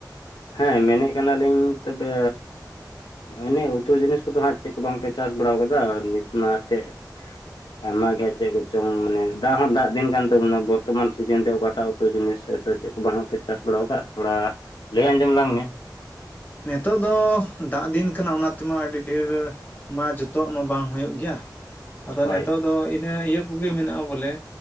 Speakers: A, on the left; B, on the left.
A: ᱦᱮᱸ ᱢᱮᱱᱮᱫ ᱠᱟᱱᱟᱞᱤᱧ ᱛᱚᱵᱮ ᱚᱱᱮ ᱩᱛᱩ ᱡᱤᱱᱤᱥ ᱠᱚᱫᱚ ᱦᱟᱸᱜ ᱪᱮᱫ ᱠᱚ ᱵᱟᱝᱯᱮ ᱪᱟᱥ ᱵᱟᱲᱟ ᱟᱠᱟᱫᱟ ᱱᱤᱛ ᱢᱟ ᱪᱮᱫ ᱟᱭᱢᱟ ᱜᱮ ᱪᱮᱫ ᱠᱚᱪᱚᱝ ᱢᱟᱱᱮ ᱫᱟᱜ ᱦᱚᱸ ᱫᱟᱜ ᱫᱤᱱ ᱠᱟᱱ ᱛᱟᱵᱚᱱᱟ ᱵᱚᱨᱛᱚᱢᱟᱱ ᱥᱤᱡᱤᱱ ᱨᱮ ᱚᱠᱟᱴᱟᱜ ᱩᱛᱩ ᱡᱤᱱᱤᱥ ᱦᱚ ᱪᱮᱫ ᱠᱚ ᱵᱟᱝᱯᱮ ᱪᱟᱥ ᱵᱟᱲᱟ ᱟᱠᱟᱫ ᱛᱷᱚᱲᱟ ᱞᱟᱹᱭ ᱟᱸᱡᱚᱢ ᱞᱟᱝ
B: ᱚ
A: ᱢᱮ
B: ᱱᱤᱛᱚᱜ ᱫᱚ ᱫᱟᱜ ᱫᱤᱱ ᱠᱟᱱᱟ ᱚᱱᱟ ᱛᱮᱢᱟ ᱟᱹᱰᱤ ᱰᱷᱮᱨ ᱢᱟ ᱡᱚᱛ ᱛᱚᱜ ᱦᱚ ᱵᱟᱝ ᱦᱩᱭᱩᱜ ᱜᱮᱭᱟ ᱟᱫᱚ
A: ᱦᱳᱭ
B: ᱱᱤᱛᱚᱜ ᱫᱚ ᱤᱱᱟᱹ ᱤᱭᱟᱹ ᱠᱚᱜᱮ ᱢᱮᱱᱟᱜᱼᱟ ᱵᱚᱞᱮ